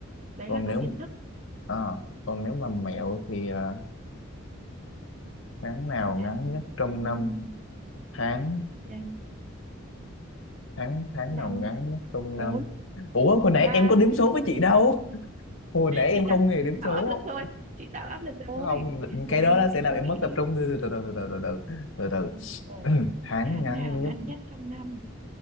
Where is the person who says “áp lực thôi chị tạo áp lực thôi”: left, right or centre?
Right